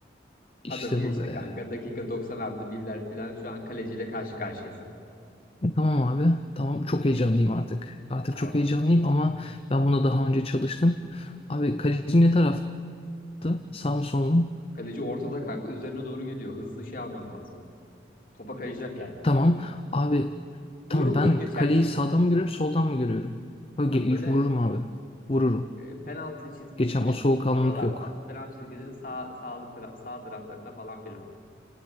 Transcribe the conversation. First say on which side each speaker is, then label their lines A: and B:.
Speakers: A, on the left; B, on the left.
A: İşte
B: Adamı geçtin
A: bu be.
B: kanka. Dakika 90 artı birler falan. Şu an kaleciyle karşı karşıyasın.
A: Tamam abi. Tamam çok heyecanlıyım artık. Artık
B: Ya,
A: çok heyecanlıyım ama ben buna daha önce çalıştım. Abi kaleci ne tarafta? Sağ mı sol mu?
B: kaleci ortada kanka. Üzerine doğru geliyor. Hızlı şey alman lazım. Topa kayacak yani.
A: Tamam. Abi tamam
B: Vurur musun
A: ben
B: geçer
A: kaleyi
B: misin?
A: sağdan mı görüyorum soldan mı görüyorum? Ö,
B: Tam böyle
A: Vururum abi. Vururum.
B: e, penaltı çizgisinin
A: Geçen o soğukkanlılık
B: oralarda.
A: yok.
B: Penaltı çizgisinin sağ, sağlık tara- sağ taraflarında falan filan.